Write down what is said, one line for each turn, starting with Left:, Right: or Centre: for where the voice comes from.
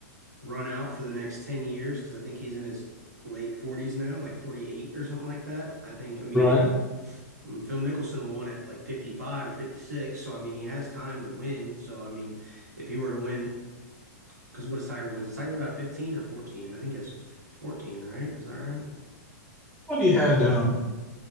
Right: run out for the next 10 years, because I think he's in his late 40s now, like 48 or something like that, I think, I mean,
Centre: Right.
Right: Phil Mickelson won at like 55 or 56, so I mean, he has time to win. So, I mean, if he were to win because what is Tiger Woods? Is Tiger Woods at 15 or 14? I think it's 14, right? Is that right?
Centre: Well, he had um,